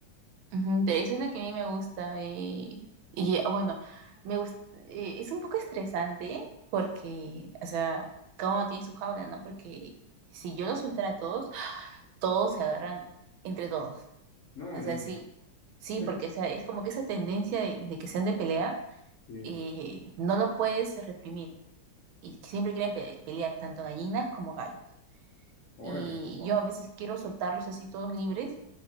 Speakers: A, on the right (about 85°); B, on the left (about 65°).
A: Ujú, de Eso es lo que a mí me gusta. eh, y ah, bueno, me gust- eh, es un poco estresante porque, o sea, cada uno tiene su jaula, ¿no? Porque si yo los soltara a todos, todos se agarran entre todos.
B: No,
A: O
B: ya.
A: sea,
B: no.
A: sí, sí,
B: <laughs>
A: porque esa, es como que esa tendencia de, de que sean de pelea
B: Sí,
A: eh, no lo puedes reprimir y siempre quieren pe- pelear tanto gallinas como gallos.
B: Órale.
A: Y yo a veces quiero soltarlos así todos libres,